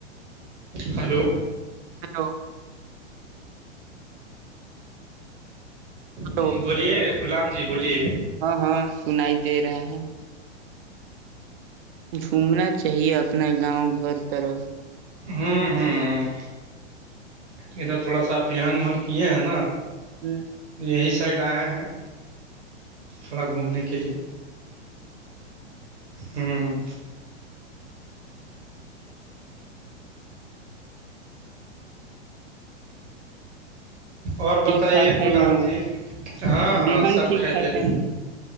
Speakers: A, on the right (about 70°); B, on the right (about 50°).
A: ہلو
B: ہلو ہلو
A: ہ بولیے غلام جی بولیے
B: ہاں ہاں سنائی دے رہے ہیں جھومنا چاہیے اپنا گاؤں گھر طرف
A: ہوں ہوں ہ ادھر تھوڑا سا ابحان وہان کیے ہیں نا
B: ہی
A: یہی سائڈ آیا ہیں تھوڑا گھومنے کے لیے ہوں اور
B: ٹھیک
A: بتائیے
B: ٹھاک ہے
A: غلام
B: نا
A: جی ہاں ہاں
B: بہن
A: سب
B: ٹھیک
A: خیریت
B: ٹھاک ہے نا